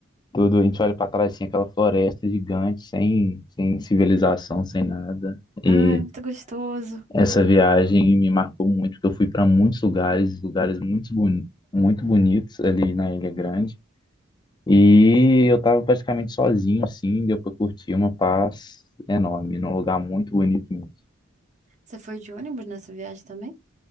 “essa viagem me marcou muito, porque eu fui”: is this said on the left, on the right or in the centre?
Left